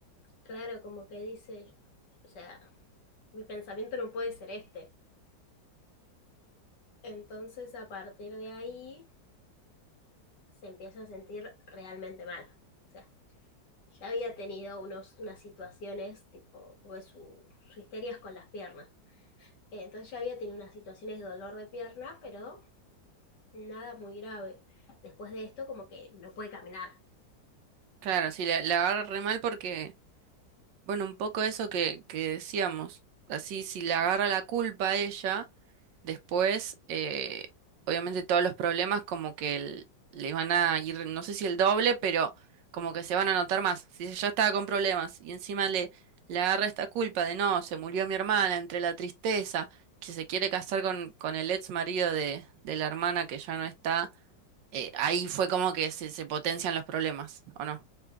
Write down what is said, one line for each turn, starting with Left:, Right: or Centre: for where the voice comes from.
Left: Claro, como que dice, o sea, mi pensamiento no puede ser este. Entonces, a partir de ahí, se empieza a sentir realmente mal. O sea, ya había tenido unos, unas situaciones, tipo, pues su, su histeria es con las piernas. Eh, Entonces ya había tenido unas situaciones de dolor de pierna, pero nada muy grave. Después de esto, como que no puede caminar.
Right: Claro, sí, le, le agarro re mal porque Bueno, un poco eso que, que decíamos. Así, si le agarra la culpa a ella, después, eh, obviamente todos los problemas como que el- le van a ir, no sé si el doble, pero como que se van a notar más. Si ella ya estaba con problemas y encima le, le agarra esta culpa de no, se murió mi hermana, entre la tristeza, que se quiere casar con, con el ex marido de, de la hermana que ya no está, eh, ahí fue como que se, se potencian los problemas, ¿o no?